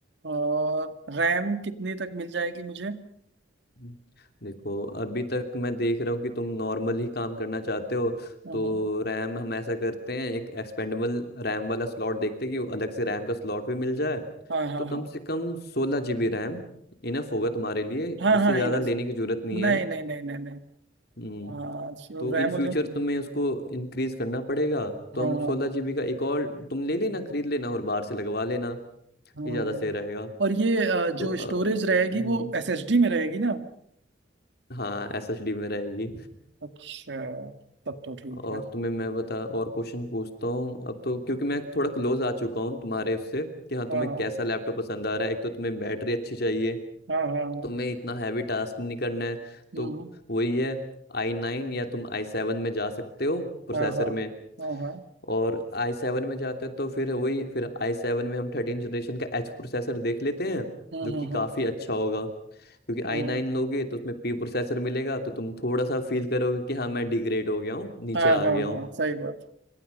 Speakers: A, on the right; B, on the left.
A: और रैम कितनी तक मिल जाएगी मुझे
B: हम्म। देखो अभी तक मैं देख रहा हूँ कि तुम नॉर्मल ही काम करना चाहते हो
A: हाँ
B: तो
A: हाँ
B: रैम हम ऐसा करते हैं एक एक्सपेंडेबल रैम वाला स्लॉट देखते हैं कि अलग से रैम का स्लॉट भी मिल जाए
A: हाँ हाँ
B: तो कम
A: हाँ
B: से कम सोलह जीबी रैम इनफ होगा तुम्हारे लिए
A: हाँ
B: उससे
A: हाँ हाँ
B: ज़्यादा
A: इनफ
B: लेने की जरूरत नहीं
A: नहीं
B: है
A: नहीं नहीं नहीं नहीं
B: हम्म
A: हाँ श्योर
B: तो
A: रैम
B: इन फ्यूचर
A: हो जाए
B: तुम्हें उसको इंक्रीज करना पड़ेगा तो
A: हाँ
B: हम
A: हाँ
B: सोलह जीबी का एक और तुम ले लेना खरीद लेना और बाहर से लगवा लेना
A: हाँ।
B: ये ज़्यादा सही रहेगा
A: और ये अ, जो
B: तो अ,
A: स्टोरेज
B: हम्म,
A: रहेगी वो एसएसडी में रहेगी ना
B: हाँ एसएसडी में रहेगी
A: अच्छा तब तो ठीक
B: और
A: है
B: तुम्हें मैं बता और क्वेश्चन पूछता हूँ अब तो क्योंकि मैं थोड़ा क्लोज आ चुका हूँ तुम्हारे उससे कि हाँ तुम्हें
A: हाँ
B: कैसा लैपटॉप पसंद आ रहा है एक तो तुम्हें बैटरी अच्छी चाहिए
A: हाँ हाँ हाँ हाँ
B: तुम्हें इतना हैवी टास्क नहीं करना है
A: हम्म,
B: तो वही है आई नाइन या तुम आई सेवन में जा सकते हो प्रोसेसर
A: हाँ हाँ
B: में
A: हाँ हाँ
B: और आई सेवन में जाते हैं तो फिर वही फिर आई सेवन में हम थर्टीन जनरेशन का एच प्रोसेसर देख लेते हैं
A: हम्म,
B: जो कि
A: हम्म,
B: काफ़ी
A: हम्म,
B: अच्छा होगा क्योंकि आई
A: हम्म,
B: नाइन लोगे तो उसमें पी प्रोसेसर मिलेगा तो तुम थोड़ा सा फील करोगे कि हाँ मैं डिग्रेड हो गया हूँ नीचे
A: हाँ
B: आ
A: हाँ
B: गया
A: हाँ
B: हूँ
A: सही बात